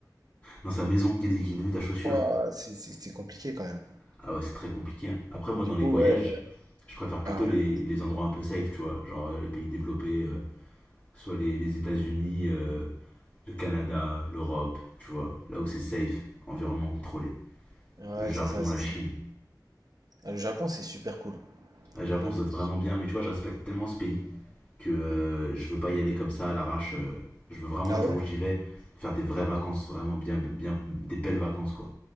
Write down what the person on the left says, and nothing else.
Dans sa maison, qui est, qui est devenue ta chaussure.
Ah ouais, c'est très compliqué. hein. Après, moi,
dans les
voyages,
je préfère plutôt
les,
les endroits un peu safe, tu vois. Genre euh, les pays développés, euh, soit les, les États-Unis, euh, le Canada, l'Europe, tu vois. Là où c'est safe, environnement contrôlé.
Le Japon,
la
Chine.
Le Japon,
ça doit être
vraiment
bien. Mais tu vois, je respecte tellement ce pays que euh, je veux pas y aller comme ça à l'arrache. euh, je veux vraiment
le jour
où j'y vais faire des vraies vacances, vraiment bien, bien des belles vacances quoi.